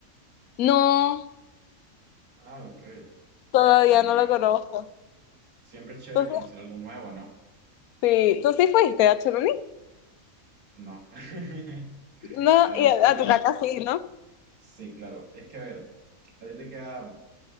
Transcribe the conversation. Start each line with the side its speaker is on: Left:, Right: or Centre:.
Left: No,
Right: Ah, ok.
Left: todavía
Right: Bueno,
Left: no
Right: a
Left: lo
Right: ver.
Left: conozco.
Right: Siempre es chévere
Left: ¿Tú sí,
Right: conocer algo nuevo, ¿no?
Left: sí, tú sí fuiste a Choroní?
Right: No. <laughs>
Left: No,
Right: A ver,
Left: y a,
Right: es que
Left: a
Right: yo,
Left: Tucacas sí, ¿no?
Right: sí, claro. Es que a ver, a ti te queda